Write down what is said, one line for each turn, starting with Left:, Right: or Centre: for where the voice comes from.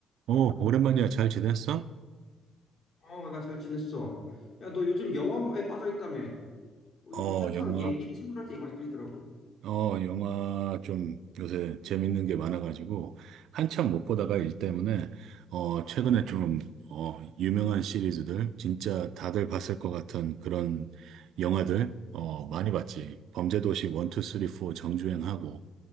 Right: 어, 오랜만이야. 잘 지냈어?
Left: 어, 나 잘 지냈어. 야, 너 요즘 영화에 빠져있다며. 우리
Right: 어,
Left: 한창
Right: 영화,
Left: 얘기 친구들한테 많이 들리더라고.
Right: 어, 영화 좀 요새 재밌는 게 많아가지고, 한참 못 보다가 일 때문에, 어, 최근에 좀, 어, 유명한 시리즈들, 진짜 다들 봤을 것 같은 그런 영화들, 어, 많이 봤지. 범죄도시 1, 2, 3, 4 정주행하고,